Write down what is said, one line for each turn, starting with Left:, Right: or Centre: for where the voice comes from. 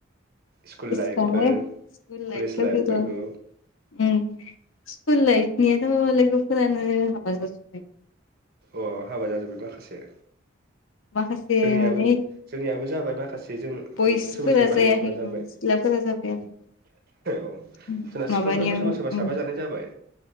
Right: स्कुल
Left: गोसोखांङो
Right: लाइफफोर
Left: स्कुल
Right: कलेज
Left: लाइफफोरखो
Right: लाइफफोरखौ
Left: उम। स्कुल लाइफनियाथ' लोगोफोरानो हाबा जाजोबबाय।
Right: अ हाबा जाजोब्बाय माखासे।
Left: माखासे
Right: जोंनियाबो
Left: माने
Right: जोंनियाबो जाबाय माखासे जों
Left: बयसफोरा
Right: सोरबा सोरबा
Left: जायाखै
Right: लोगोफोरा जाबाय
Left: सिख्लाफोरा जाबाय आरो
Right: औ जोंना
Left: माबानियाबो
Right: सिख्लाफ्राबो सोरबा सोरबा साबा
Left: उम
Right: जानाय जाबाय